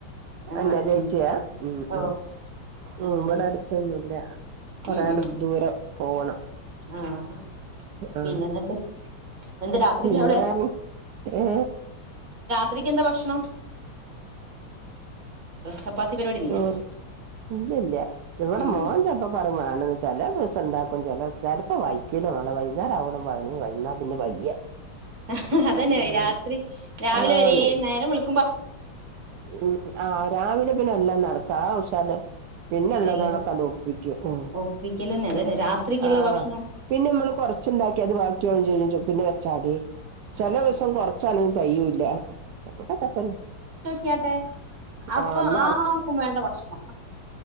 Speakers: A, on the right; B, on the right.
A: ഞങ്ങളെ
B: അന്റെ ചേച്ചിയാ
A: ഉം
B: ഉം
A: ഓഹ്
B: ഉം ഉം
A: അങ്ങനെയായിട്ട്
B: ഇവടടുത്തൊന്നുല്ല. കൊറേയാണ്ട്
A: ഉം ഉം
B: ദൂരം പോവണം
A: ആഹ്
B: ആഹ
A: പിന്നെ എന്നിട്ട് എന്താ രാത്രിക്ക്
B: പിന്നെർഞ്ഞ്
A: അവിടെ
B: ഏ
A: ത്രിക്ക് എന്താ ഭഷ്ണം? ചപ്പാത്തി പരിപാടിയൊന്നുല്ല
B: ചോറ്ച്ച് ഇല്ലല്ല ഇവടെ
A: ഉം
B: മോൻ
A: ഉം
B: ചെൽപ്പ പറന്നാണെച്ചെലെദിസ് സണ്ടാക്കും ചെലേസ് ചെലപ്പോ വൈക്കൂലാളെ വൈകുന്നേരാവോളം വണി വൈന്നാ പിന്നെ വയ്യ.
A: <unintelligible> അതന്നെ
B: ഉം
A: രാത്രി രാവിലെ
B: ആന്ന്
A: വരെ നേരം വെളു
B: ഉം ആ രാവിലെ പിന്നെ എല്ലാം നടക്കും ആ ഉഷാർല് പിന്നെള്ളതോളൊക്കൊണ്ട്
A: എല്ല്
B: ഒപ്പിക്കും ഉം
A: ഒപ്പിക്കലന്നെ അതന്നെ രാത്രിക്കുള്ള
B: ആ
A: ഭക്ഷണം
B: പിന്നെ മ്മള് കൊറച്ചുണ്ടാക്കി അത് ബാക്കിയാവേം ചെയ്യൂ പിന്നെ വെച്ചാല്. ചെലസം
A: അതങ്ങനെ തന്നെ
B: കൊറച്ചാണെങ്കി തെയൂല്ല <unintelligible> തന്നെ
A: ക്കാട്ടെ അപ്പൊ
B: ആഹ് എന്നാ
A: ആർക്കുംമ്മേണ്ട ഭക്ഷണം.